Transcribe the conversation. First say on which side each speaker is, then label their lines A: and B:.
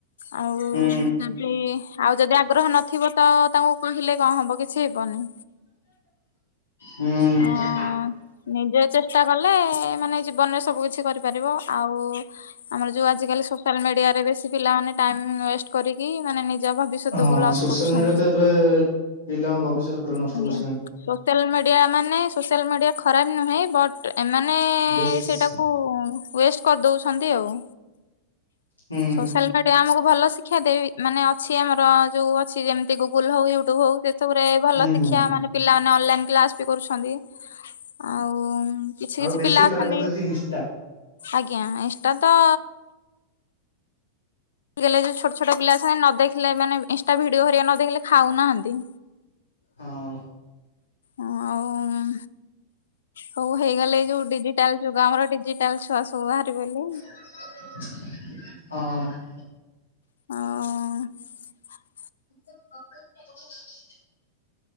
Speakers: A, on the left; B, on the left.
A: ଆଉ
B: ହୁଁ
A: ଯଦି ଆଉ ଯଦି ଆଗ୍ରହ ନଥିବ ତ ତାଙ୍କୁ କହିଲେ କଣ ହବ କିଛି ହେବନି।
B: ହୁଁ।
A: ଅଁ ନିଜେ ଚେଷ୍ଟା କଲେ ମାନେ ଜୀବନରେ ସବୁ କିଛି କରିପାରିବ ଆଉ ଆମର ଯୋଉ ଆଜିକାଲି ସୋସିଆଲ ମିଡିଆରେ ବେଶୀ ପିଲାମାନେ ଟାଇମ ୱେଷ୍ଟ କରିକି ମାନେ ଭବିଷ୍ୟତକୁ
B: ହଁ
A: ଲସ୍
B: ସୋସିଆଲ
A: କରୁଛନ୍ତି।
B: ମିଡ଼ିଆ ତ ଏବେ ପିଲାଙ୍କ ଭବିଷ୍ୟତ ପୁରା ନଷ୍ଟ
A: ଆଜ୍ଞା।
B: କରିସାରିଲାନଣି।
A: ସୋସିଆଲ ମିଡିଆ ମାନେ ସୋସିଆଲ ମିଡିଆ ଖରାପ ନୁହେଁ ବଟ୍ ଏମାନେ
B: ବେଶୀ
A: ସେଇଟାକୁ ୱେଷ୍ଟ କରିଦଉଛନ୍ତି ଆଉ।
B: ହୁଁ
A: ସୋସିଆଲ ମିଡିଆ ଆମକୁ ଭଲ ଶିକ୍ଷା ଦେବି ମାନେ ଅଛି ଆମର ଯୋଉ ଅଛି ଯେମିତି ଗୁଗୁଲ୍ ହଉ ୟୁଟ୍ୟୁବ ହଉ ସବୁରେ ଭଲ
B: ହୁଁ
A: ଶିକ୍ଷା
B: ହୁଁ
A: ମାନେ ପିଲାମାନେ ଅନଲାଇନ କ୍ଲାସ ବି କରୁଛନ୍ତି ଆଉ। କିଛି
B: ଆଉ
A: କିଛି
B: ବେଶୀ
A: ପିଲା
B: ଖରାପ
A: ଅଛନ୍ତି
B: କରିଦଉଛି ଇନଷ୍ଟା
A: ଆଜ୍ଞା ଇଁଷ୍ଟା ତ ଯୋଉ ଛୋଟ ଛୋଟ ପିଲା ଅଛନ୍ତି ନ ଦେଖିଲେ ମାନେ ଇଁଷ୍ଟା ଭିଡିଓ ହରିକା ନ ଦେଖିଲେ ଖାଉନାହାନ୍ତି।
B: ହଁ।
A: ହଁ ଆଉ ହଉ ହେଇଗଲେ ଏଇ ଯୋଉ ଡିଜିଟାଲ ଯୁଗ ଆମର ଡିଜିଟାଲ ଛୁଆ ସବୁ ବାହାରିବ ବୋଲି
B: ହଁ।
A: ଆଉ।
B: <inaudible>